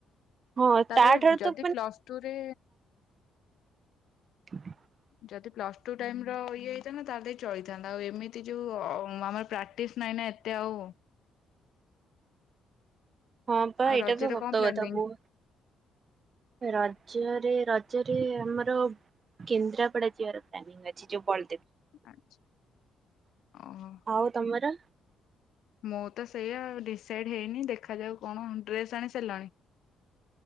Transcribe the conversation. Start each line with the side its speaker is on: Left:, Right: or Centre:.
Right: ହଁ
Left: ତାପରେ
Right: ତାଠାରୁ
Left: ଯଦି ପ୍ଲସ ଟୁ ରେ
Right: ହ <inaudible>
Left: ଯଦି ପ୍ଲସ ଟୁ ଟାଇମ ଇଏ ହେଇଥାନ୍ ତାର ଦେଇ ଚଳିଥାନ୍ତା ଆଉ ଏମିତି ଯୋଉ ଆମର ପ୍ରାକ୍ଟିସ ନାଇଁ ନା ଏତେ ଆଉ
Right: ହଁ ପା
Left: ଆଉ
Right: ଏଇଟା
Left: ରଜରେ
Right: ତ ଶବ୍ଦ
Left: କଣ ପ୍ଲାନିଂ?
Right: କଥା ବୁହ ରଜରେ ରଜରେ ଆମର କେନ୍ଦ୍ରାପଡାର ଯିବାର ପ୍ଲାନିଂ ଅଛି ଯଉ ବ
Left: ଆଛା ଓହୋ
Right: ଆଉ ତମର
Left: ମୁଁ ତ ସେଇଆ ଡିସାଇଡ ହେଇନି ଦେଖାଯାଉ କଣ ଡ୍ରେସ ଆଣି ସାରିଲାଣି